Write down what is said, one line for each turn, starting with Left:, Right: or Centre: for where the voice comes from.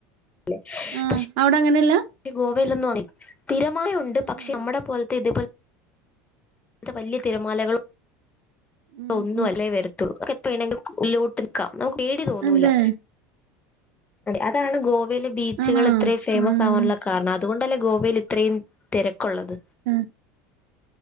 Left: പക്ഷെ
Right: ആഹ്
Left: പക്ഷേ
Right: അവിടെ അങ്ങനെയല്ല
Left: ഗോവയിലൊന്നുംഅങ്ങനെ ഇല്ല തിരമാലയുണ്ട്
Right: ആഹാ
Left: പക്ഷെ നമ്മടെ പോലത്തെ ഇതുപോൽ ത്തെ വല്യെ തിരമാലകള്
Right: ഉം
Left: ഒന്നും
Right: ഉം
Left: അല്ലേ വെരത്തു നമുക്ക് വേണെങ്കിലും ഉള്ളിലോട്ടുനിക്കാം നമുക്ക് പേടി തോന്നൂല
Right: അതെ
Left: അതാണ് ഗോവ ഗോവയിലെ ബീച്ചുകള്
Right: ആണോ
Left: ഇത്രയും ഫെയ്മസ്
Right: ആഹ്
Left: ആവാനുള്ള കാരണം അതുകൊണ്ടല്ലേ ഗോവയില് ഇത്രയും തെരക്കുള്ളത്.
Right: ഉം